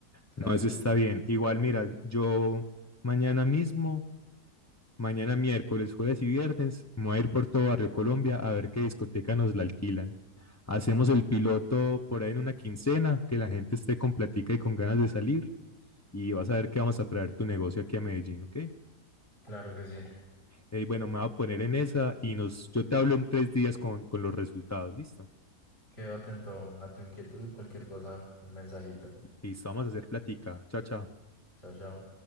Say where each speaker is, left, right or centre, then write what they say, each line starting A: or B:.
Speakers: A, on the left (about 45°); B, on the left (about 15°).
A: Claro
B: No, eso
A: que
B: está
A: sí,
B: bien. Igual, mira, yo mañana mismo, mañana miércoles, jueves y viernes, me voy a ir por todo Barrio Colombia a ver qué discoteca nos la alquilan. Hacemos el piloto por ahí en una quincena, que la gente esté con platica y con ganas de salir y vas a ver que vamos a traer tu negocio aquí a Medellín, ¿ok?
A: claro que sí.
B: Eh, bueno, me voy a poner en esa y nos, yo te hablo en tres días con, con los resultados, ¿listo?
A: Quedo atento a tu inquietud, cualquier cosa, un mensajito.
B: Listo, vamos a hacer platica. Chao, chao.
A: Chao, chao.